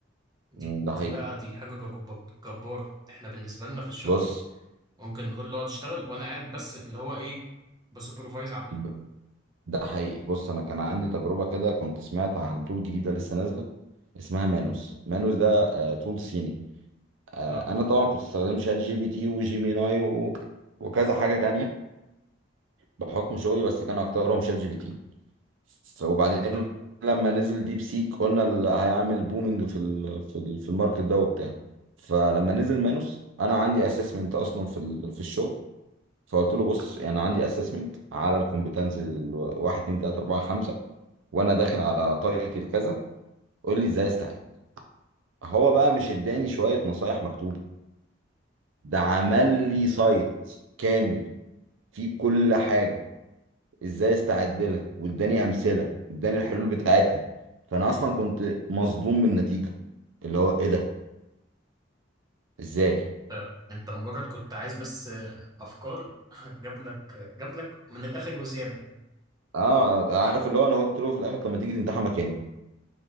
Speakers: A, on the right; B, on the right.
A: دي
B: مم، ده
A: دي
B: حقيقي
A: بقى دي حاجة جب- جبارة احنا بالنسبة لنا في الشغل
B: بص
A: ممكن نقول له اقعد اشتغل وانا قاعد بس اللي هو ايه بسوبرفايز عليه
B: ب- ده حقيقي بص أنا كان عندي تجربة كده كنت سمعت عن طول جديدة لسه نازلة اسمها مانوس مانوس ده آه، طول صيني آه،
A: اه
B: انا طبعا كنت استخدم شات جي بي تي وجيميناي و... وكذا حاجه تانية بحكم شغلي بس كان اكترهم شات جي بي تي ف- وبعدين
A: اه
B: لما نزل ديب سيك قلنا اللي هيعمل بومينج في ال... في ال... في الماركت ده وبتاع فلما نزل مانوس انا عندي اسسمنت اصلا في ال... في الشغل فقلت له بص يعني عندي اسسمنت على الكومبتنسز ال 1 2 3 4 5 وانا داخل على تايتل كذا قول لي ازاي استعد هو بقى مش اداني شويه نصايح مكتوبه ده عمل لي سايت كامل فيه كل حاجة ازاي استعد لها واداني امثلة واداني الحلول بتاعتها فانا اصلا كنت مصدوم من النتيجة اللي هو ايه ده ازاي
A: ف- انت مجرد كنت عايز بس افكار <laughs> جاب لك جاب لك من الاخر وزيادة
B: اه عارف اللي هو انا قلت له في الاخر طب ما تيجي تمتحن مكاني